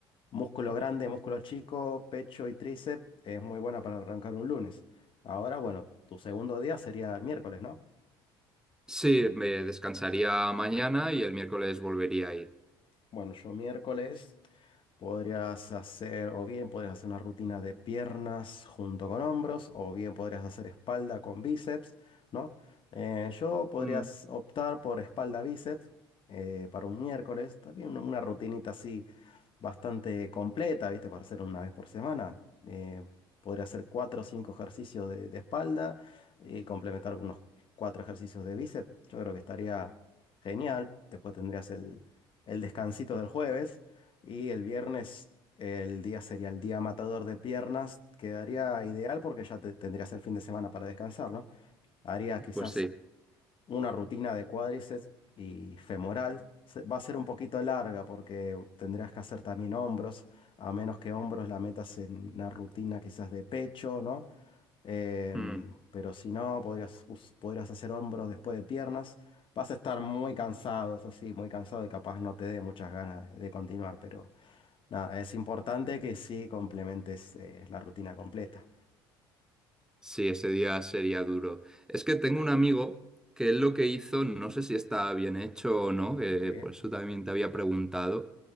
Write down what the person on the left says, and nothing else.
músculo grande, músculo chico, pecho y tríceps es muy buena para arrancar un lunes. Ahora, bueno, tu segundo día sería el miércoles, ¿no?
Bueno, yo miércoles podrías hacer, o bien podrías hacer una rutina de piernas junto con hombros, o bien podrías hacer espalda con bíceps, ¿no? Eh, yo podrías
optar por espalda-bíceps eh, para un miércoles, también una, una rutinita así bastante completa, ¿viste? Para hacer una vez por semana. Eh, podría hacer cuatro o cinco ejercicios de, de espalda y complementar unos cuatro ejercicios de bíceps. Yo creo que estaría genial. Después tendrías el el descansito del jueves y el viernes el día sería el día matador de piernas. Quedaría ideal porque ya te- tendrías el fin de semana para descansar, ¿no? Haría quizás
una rutina de cuádriceps y femoral. Se- Va a ser un poquito larga porque tendrías que hacer también hombros, a menos que hombros la metas en una rutina quizás de pecho, ¿no? Em,
pero si no, podrías, us- podrías hacer hombros después de piernas. Vas a estar muy cansado, eso sí, muy cansado y capaz no te dé muchas ganas de, de continuar, pero nada, es importante que sí complementes eh, la rutina completa.
Sí,